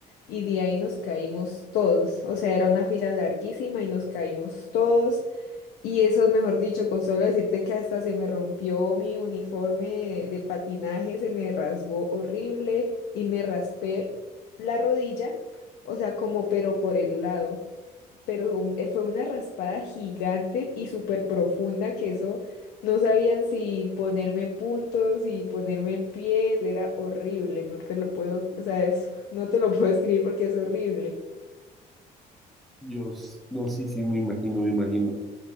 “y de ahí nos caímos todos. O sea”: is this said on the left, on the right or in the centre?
Left